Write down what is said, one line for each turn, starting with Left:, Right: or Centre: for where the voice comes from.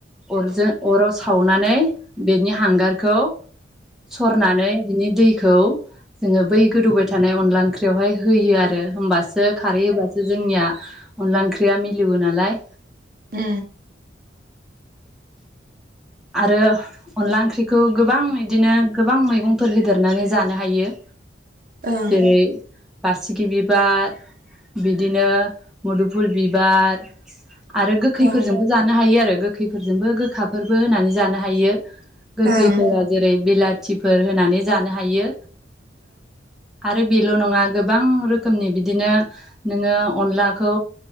Centre: अरजों अराव सावनानै बेनि हांगारखौ सरनानै बिनि दै खौ जोङो बै गोदौबाय थानाय अनला ओंख्रियावहाय होयो आरो होमबा सो खारै होबासो जोंनिया अनला ओंख्रिया मिलिवो नालाय
Right: ओ
Centre: आरो अनला ओंख्रिखौ गोबां इदिनो गोबां मैगंफोर होदेरनानै जानो हायो।
Right: ओं
Centre: जेरै बासिगि बिबार बिदिनो मुदुफुल बिबार आरो गोखैफोरजोंबो
Right: ओं
Centre: जानो हायो आरो गो खैफोरजोंबो गोखाफोर बो होनानै जानो हायो गोखैफोरा
Right: ओं
Centre: जेरै बिलाद थिफोर होनानै जानो हायो आरो बेल नङा गोब बां रोखोमनि बिदिनो नोङो अनलाखौ